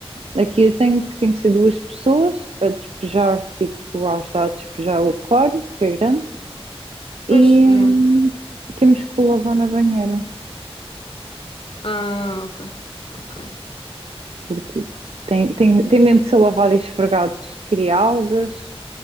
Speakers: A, on the right; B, on the left.
A: aqui eu tenho que, tenho que ser duas pessoas a despejar, tipo, a ajudar a despejar o aquário, que é grande.
B: pois,
A: E
B: yeah.
A: hum, temos que o lavar na banheira,
B: Ah, ok, ok.
A: porque tipo, tem, tem, tem mesmo que ser lavado e esfregado. Isto cria algas.